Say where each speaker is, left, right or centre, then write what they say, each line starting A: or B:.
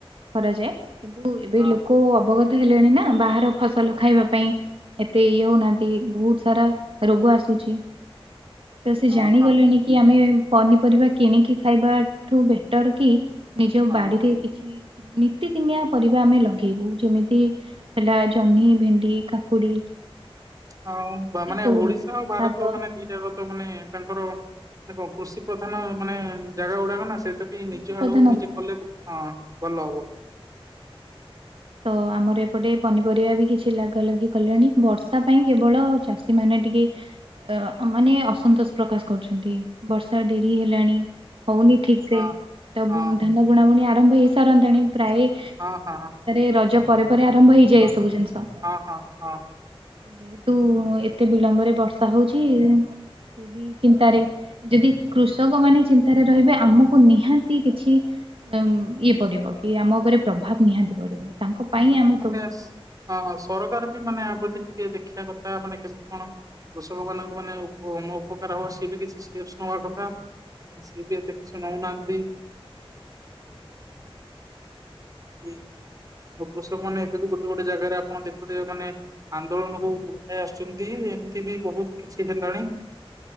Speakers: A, on the right; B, on the right.
A: କରାଯାଏ କିନ୍ତୁ ଏବେ
B: ହଁ
A: ଲୋକ ଅବଗତ ହେଲେଣି ନା ବାହାର ଫସଲ ଖାଇବା ପାଇଁ ଏତେ ଇଏ ହଉନାହାନ୍ତି ବହୁତ ସାରା ରୋଗ ଆସୁ ଛି। ତ ସେ
B: ହଁ
A: ଜାଣିଗଲେଣି
B: ହଁ
A: କି ଆମେ ପନିପରିବା କିଣିକି ଖାଇବାଠୁ ବେଟର କି ନିଜ
B: ହଁ
A: ବାଡିରେ କିଛି ନିତିଦିନିଆ ପରିବା ଆମେ ଲଗେଇବୁ ଯେମିତି ହେଲା ଜହ୍ନି ଭେଣ୍ଡି କାକୁଡି
B: ହଁ
A: ଏଇ
B: ମାନେ
A: ସବୁ
B: ଓଡିଶା
A: ଜିନିଷ
B: ଆଉ ଭାରତ
A: ଶାଗ
B: ମାନେ ଦି ଜାଗତ ମାନେ ତାଙ୍କର କଣ କୃଷି ପ୍ରଧାନ ମାନେ ଜାଗା ଗୁଡାକ ନା ସେଥିପାଇଁ
A: କୃଷି
B: ନିଜ
A: ପ୍ରଧାନ
B: ଆଡକୁ ନିଜେ
A: ଦେଶ
B: କଲେ ହଁ ଭଲ ହବ।
A: ତ ଆମର ଏପଟେ ପନିପରିବା ବି କିଛି ଲାଗା ଲାଗି କଲେଣି ବର୍ଷା ପାଇଁ କେବଳ ଚାଷୀ ମାନେ ଟିକେ ଅ ମାନେ ଅସନ୍ତୋଷ ପ୍ରକାଶ କରୁଛନ୍ତି ବର୍ଷା ଡେରି ହେଲାଣି ହଉନି ଠିକ ସେ
B: ହଁ
A: ତ
B: ହଁ
A: ଧାନ ବୁଣାବୁଣି ଆରମ୍ଭ ହେଇ ସାରନ୍ତାଣି ପ୍ରାୟ
B: ହଁ ହଁ
A: ରଜ ପରେ ପରେ ଆରମ୍ଭ ହେଇଯାଏ
B: ହଁ
A: ଏ ସବୁ ଜିନିଷ ତ
B: ହଁ ହଁ ହଁ
A: ଯେହେତୁ ଏତେ ବିଳମ୍ବରେ ବର୍ଷା ହଉଛି ସେ ବି ଚିନ୍ତାରେ ଯଦି କୃଷକ ମାନେ ଚିନ୍ତାରେ ରହିବେ ଆମକୁ ନିହାତି କିଛି ଉ ଇଏ ପଡିବ କି ଆମ ଉପରେ ପ୍ରଭାବ ନିହାତି ପଡିବ ତାଙ୍କ ପାଇଁ ଆମେ
B: ମାନେ
A: ସବୁ
B: ହ ସରକାର ବି ମାନେ ଆମ ପ୍ରତି ଟିକେ ଦେଖିବା କଥା ମାନେ କେମିତି କଣ କୃଷକ ମାନଙ୍କୁ ମାନେମ ଉପକାର ହବ ସ ବି କିଛିପ ନବା କଥା। ସିଏ ବି ଏତ କିଛି ନାଉନାହାନ୍ତି। ହୁଁ। ଆଉ କୃଷକ ମାନେ ଏବେ ବି ଗୋଟେ ଗୋଟେ ଜାଗାରେ ଆପଣ ଦେଖୁଥିବେ ମାନେ ଆନ୍ଦୋଳନକୁ ଉ ଆସୁଛନ୍ତି। ଏମିତି ବି ବହୁତ କିଛି ହେଲାଣି।